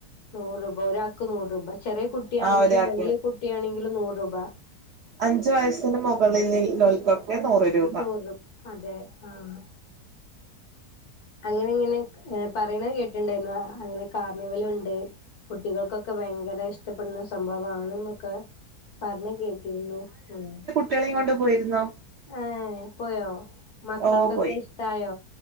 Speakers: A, on the left (about 75°); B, on the right (about 70°).
A: നൂറ് രൂപ ഒരാൾക്ക് നൂറ് രൂപ ചെറിയ കുട്ടിയാണെങ്കിലും
B: ആ ഒരാൾക്ക്
A: വലിയ കുട്ടിയാണെങ്കിലും നൂറ് രൂപ
B: അഞ്ചു വയസ്സിന് മുകളിലക്കൊക്കെ നൂറ് രൂപ
A: നൂറ് അതെ ആഹ് അങ്ങനെ ഇങ്ങനെ പറയണ കേട്ടിട്ടുണ്ടായിരുന്നു അങ്ങനെ കാർണിവല ഉണ്ട് കുട്ടികൾക്കൊക്കെ ഭയങ്കര ഇഷ്ടപ്പെടുന്ന സംഭവമാണ് എന്നൊക്കെ പറഞ്ഞു കേട്ടിരുന്നു ആഹ്
B: കുട്ടികളെ കൊണ്ടുപോയിരുന്നു
A: ആഹ് പോയോ മക്കൾക്കൊക്കെ
B: ഓ പോയി
A: ഇഷ്ടായോ